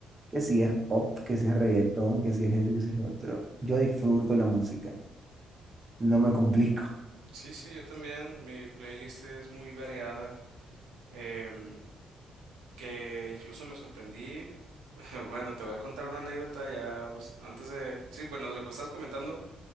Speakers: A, on the right; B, on the right.
A: que si es pop, que si es reggaetón, que si es este, que si es lo otro. Yo disfruto la música, no me complico.
B: Sí, sí, yo también. Mi playlist es muy variada. Em, que incluso me sorprendí. <laughs> Bueno, te voy a contar una anécdota ya pues, antes de... Sí, bueno, de lo que estás comentando,